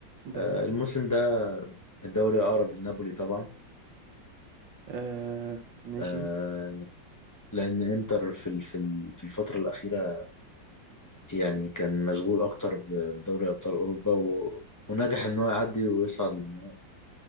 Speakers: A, on the right; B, on the left.
A: ده
B: آه،
A: حقيقي
B: الموسم ده الدوري اقرب لنابولي طبعا
A: آه ماشي
B: آه، لان انتر في ال- في ال- في الفتره الاخيره يعني كان مشغول أكتر ب- بدوري أبطال أوروبا و... ونجح إن هو يعدي ويصعد للنهائي